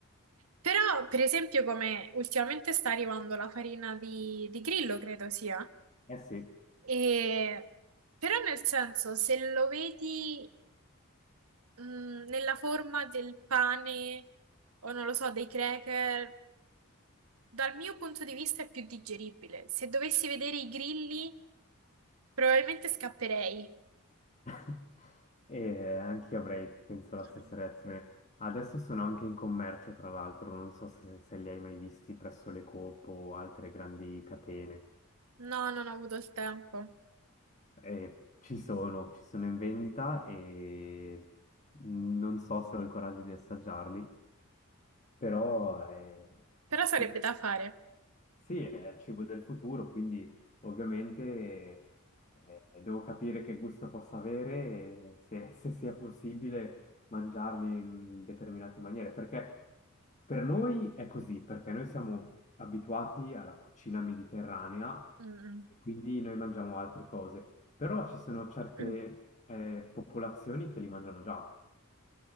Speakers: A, on the right; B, on the left.
A: però, per esempio, come ultimamente sta arrivando la farina di, di grillo, credo sia,
B: Eh sì.
A: e... però nel senso, se lo vedi mh, nella forma del pane o non lo so, dei cracker, dal mio punto di vista è più digeribile. Se dovessi vedere i grilli... Probabilmente scapperei.
B: <laughs> E anche io avrei, penso, la
A: Mm.
B: stessa reazione. Adesso sono anche in commercio, tra l'altro, non so se, se li hai mai visti presso le Coop o altre grandi catene.
A: No, non ho avuto il tempo.
B: Eh, ci sono, ci sono in vendita e non so se ho il coraggio di assaggiarli. Però eh,
A: Però sarebbe
B: sì,
A: da fare.
B: sì, è il cibo del futuro, quindi ovviamente eh, devo capire che gusto possa avere e se, se sia possibile mangiarli in determinate maniere, perché per noi è così, perché noi siamo abituati alla cucina mediterranea
A: Mm.
B: e quindi noi mangiamo altre cose, però ci sono certe
A: Mm. <clears throat>
B: eh, popolazioni che li mangiano già